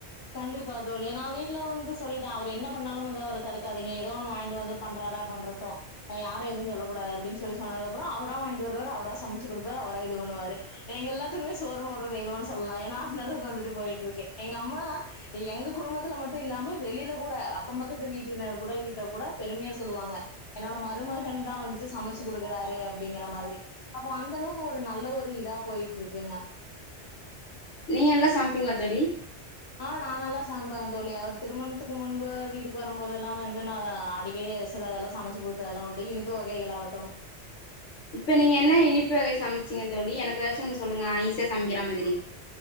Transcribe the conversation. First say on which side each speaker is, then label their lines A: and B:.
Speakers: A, on the left; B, on the left.
A: கண்டிப்பா தோழி நா வீட்டுல வந்து சொல்லிட்ட அவரு என்ன பண்ணாலு வந்து அவர தடுக்காதீங்க ஏதோ ஒன்னு வாங்கிட்டு வந்து பண்றாரா பண்றட்டு அப்ப யாரு எது சொல்ல கூடாது அப்டினு சொல்லி சொன்னதுக்கு அப்புறோ அவரா வாங்கிட்டு வருவாரு அவரா சமைச்சி குடுப்பாரு அவரா இது பண்ணுவாரு எங்க எல்லாத்துக்குமே சோறு போடுற தெய்வனு சொல்லலா ஏனா அந்த அளவுக்கு வந்துட்டு போயிட்ருக்கே எங்கம்மா எங்க குடும்பத்துல மட்டு இல்லாம வெளியில கூட அக்கோ பக்கத்து வீட்டினர் கூட கிட்ட கூட பெருமையா சொல்லுவாங்க என்னோட மருமகன்தா வந்துட்டு சமச்சி குடுக்குறாரு அப்டிங்கிற மாதிரி அப்போ அந்த அளவுக்கு ஒரு நல்ல ஒரு இதா போயிட்ருக்குங்க
B: நீங்க நல்லா சமைப்பீங்களா தோழி
A: ஆ நா நல்லா சமைப்பங்க தோழி அவர் திருமணத்துக்கு முன்பு வீட்டுக்கு வரும்போதுல்லா வந்து நா அடிக்கடி சிலதெல்லா சமச்சி குடுத்ததல்லா உண்டு இனிப்பு வகைகள் ஆகட்டு
B: இப்ப நீங்க என்ன இனிப்பு வகை சமைச்சீங்க தோழி எனக்கு எதாச்சு ஒன்னு சொல்லுங்க ஈஸ்யா சம்க்கிறா மாதுரி